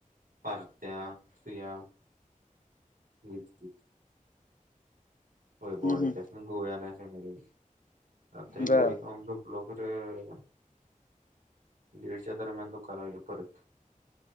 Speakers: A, on the right (about 80°); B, on the left (about 70°).
A: पारत्या सुया गेलतीत. होय बॉडी
B: हम्म हम्म
A: त्यासनी गोळ्या आणाय <unintelligible> आता
B: बर.
A: गोळी खाऊन झोप लवकर ये दीडच्या दरम्यान दुखाय लागलं परत.